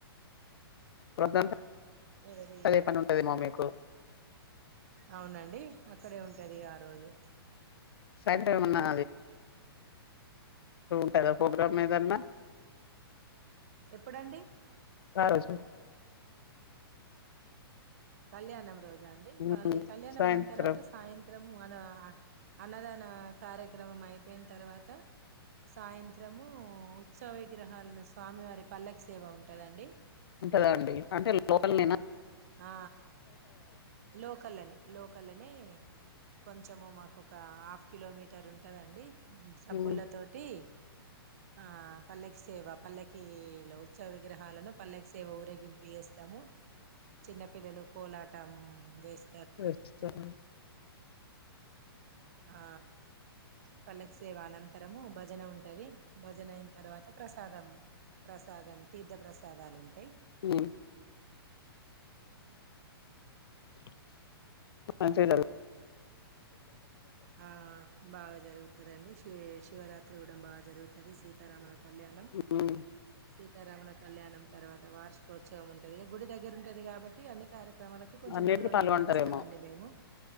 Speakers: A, on the left; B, on the right.
A: వద్దంత.
B: ఎవరి
A: పనే పని ఉంటుదమ్ో మీకు
B: అవునండి అక్కడే ఉంటాది ఆ రోజు
A: సాయంత్రం ఏమైనా క <unintelligible> పోగ్రామ్ ఏదన్న
B: ఎప్పుడండి
A: స స <inaudible>
B: కళ్యాణం రోజ్ జ ఆండీ.
A: ఉమ్
B: పల్లె కళ్యాణం
A: సాయంత్రం
B: అయిన తర్వాత సాయంత్ర ము అన్న అన్నదాన కార్యక్రమం అయిపోయిన తర్వాత సాయంత్రము ఉత్సవ విగ్రహాలను స్వామివారి పల్లకి సేవ ఉంటదండి
A: ఉంటదా అండి అంటే లో ననా
B: ఆ లోకల్ అని లోకల్ అని కొంచెము మాక్ ఒక హాఫ్ కిలోమీటర్ ఉంటుందండి సప్పుల
A: ఉమ్
B: తోటి ఆ పల్లకి సేవ పల్లకిీలో ఉత్సవ విగ్రహాలను పల్లకి సేవ ఊరేగింపు చేేస్తాము చిన్న పిల్లలు కోలా టం వేస్
A: అా <inaudible>
B: ఆ పల్లకి సేవ అనంతరము భజన ఉంటది భజన అయిన తర్వాత ప్రస్తు ప్రసాదం ప్రసాదం తీర్థ ప్రసాదాలు ఉంటాయి
A: హ
B: ఉ
A: స <inaudible>
B: ఆ బాగా జరుగుతుందిండి శివ శివరాత్రి కుడా బాగా జరుగుతుంది సీతారాముల కళ్యాణం
A: ఉమ్
B: సీతారామణ కళ్యాణం తర్వాత వార్షికోత్సవం ఉంటుంది ఇక గుడి దగ్గర ఉంటది కాబట్టి అన్ని కార్య కు కొంచెం
A: అన్నిటికి
B: గులునే
A: పాల్గొంటారేమో
B: టైం ఇస్తామండి మేము